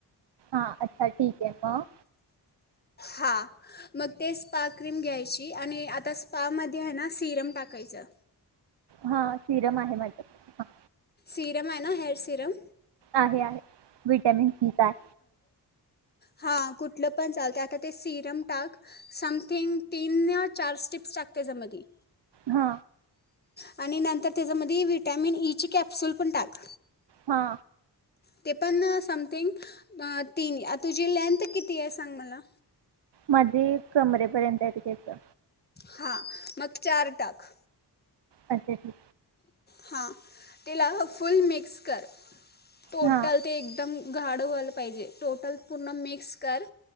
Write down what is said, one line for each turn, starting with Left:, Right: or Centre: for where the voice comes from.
Right: हा अच्छा ठीक आहे मग
Left: हां म ते स्पा क्रीम घ्यायची आणि आता स्पामध्ये हायं ना सिरम टाकायचं
Right: हा सिरम आहे माझ्याकडं ह
Left: सीरम हायं ना हेेअर सीरम
Right: आहे आहे विटॅमिन सी चं हायं
Left: हा कुठलं पण चालतय आता ते सिरम टाक समथिंग तीन या चार स्टिप्स टाक त्याच्यामधी
Right: हा
Left: आणि नंतर त्याच्यामधी व्हिटॅमिन ई ची कॅप्सुल पण टाक
Right: हा
Left: ते पण अ समथिंग अ तीन तुझी लेंथ किती आहे सांग मला
Right: मध्ये कमरेपर्यंत हायं ते तेच
Left: हां मग चार टाक
Right: अच्छा अच्छा
Left: हां तिला फुल मिक्स कर टोटल
Right: हा
Left: ते एकदम घाडं वाल पाहिजे, टोटल पूर्ण मिक्स कर.